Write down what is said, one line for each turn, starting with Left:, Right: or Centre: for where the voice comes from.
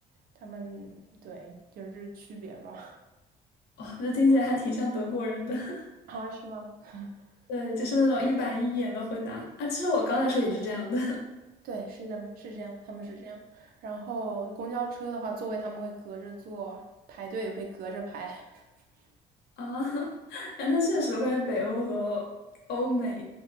Right: 他们对，就是这是区别吧？
Left: 哇，这听起来还挺像德国人的。<laughs>
Right: <laughs> 啊，是吗？<laughs>
Left: 对，就是那种一板一眼的回答啊。其实我刚才说也是这样的
Right: 对，是这么是这样，他们是这样。然后公交车的话，座位他们会隔着坐，排队也会隔着排，<laughs>
Left: <laughs> 啊。<laughs> 哎那确实，我感觉北欧和欧美，